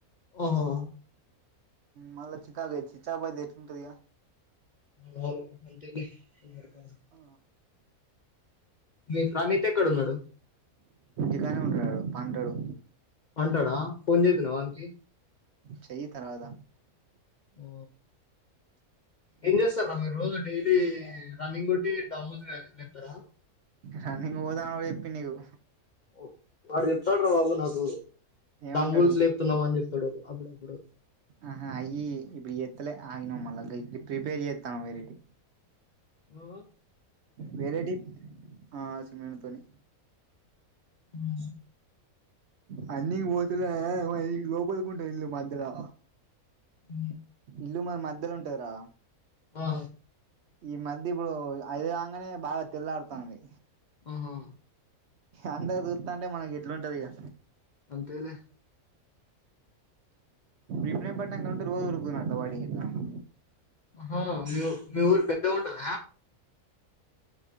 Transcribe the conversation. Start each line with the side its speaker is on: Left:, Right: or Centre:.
Left: ఆహా.
Right: మళ చికాక్ అయితది చిచ్చా ఆఫ్ అయితే ఎట్లా ఉంటదిగా.
Left: అవును అంతేలె ఎవరికైనా.
Right: ఆ.
Left: మీ ఫ్రనిత్ ఎక్కడ ఉన్నాడు.
Right: ఇంటికానే ఉంటడడు పంటడు.
Left: పంటడా ఫోన్ జేసినవా వానికి.
Right: చెయ్ తర్వాత.
Left: ఊ. ఏం చేస్తారా మీరు రోజు డైలీ రన్నింగ్ కొట్టి డబుస్ లెప్తారా
Right: రన్నింగ్ పోదామని చెప్పిండు నీవు
Left: ఓ వాడు చెప్తాడు రా బాబు నాకు
Right: ఏమంటాడు
Left: రూల్స్ చెప్తావని అప్పుడెప్పుడో
Right: ఆహా ఈ ఇప్పుడు ఎత్లే ఆయన మల్ల ఇ ప్రిపేర్ చేతాం వేరేటి
Left: ఉ
Right: వేరేటి ఆ సిమెంట్ తోని
Left: ఉ
Right: రన్నింగ్ పోతలే మరి లోపలికి ఉంటాయి ఇల్లు మధ్యలో
Left: ఉ
Right: ఇల్లు మ మధ్యలో ఉంటది రా
Left: ఆ
Right: ఈ మధ్య ఇప్పుడు ఐదు కాగానే బాగా తెల్లాడుతాంది
Left: ఆహా
Right: అందరూ చూస్తంటే మనకి ఎట్లుంటుంది గా
Left: అంతేలే
Right: ఇప్పుడేం పట్టంటే ఉంటే రోజు వద్దునట్ల బయటకి <unintelligible>
Left: ఆ మీ ఊరు మీ ఊరు పెద్దగా ఉంటద